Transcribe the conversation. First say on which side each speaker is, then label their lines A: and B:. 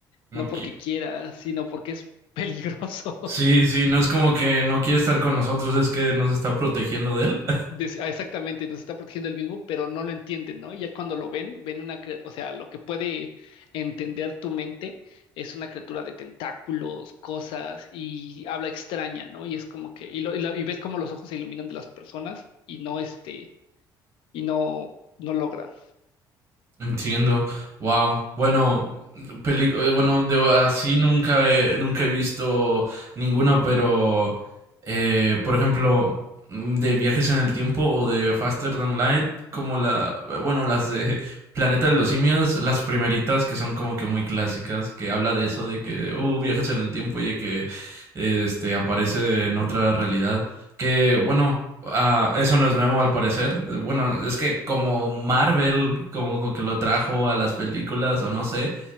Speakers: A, on the left (about 75°); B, on the right (about 30°).
A: no
B: No
A: porque
B: qui-
A: quiera, sino porque es peligroso. <laughs>
B: sí, sí, no es como que no quiere estar con nosotros, es que nos está protegiendo de él.
A: Des- ah, Exactamente, nos está protegiendo el mismo, pero no lo entienden, ¿no? Y ya cuando lo ven, ven una criatura, o sea, lo que puede entender tu mente es una criatura de tentáculos, cosas y habla extraña, ¿no? Y es como que, y, lo- y lo- y ves como los ojos se iluminan de las personas y no este, y no, no logran.
B: Entiendo. Wow. Bueno, peli- eh, bueno, de así nunca he, nunca he visto ninguna, pero eh, por ejemplo, mm, de Viajes en el Tiempo o de Faster Than Light, como la, eh, bueno, las de Planeta de los Simios, las primeritas que son como que muy clásicas, que habla de eso, de que, uh, viajes en el tiempo y de que eh, este aparece en otra realidad. Que bueno, ah, eso no es nuevo al parecer. Bueno, es que como Marvel, como, como que lo trajo a las películas o no sé.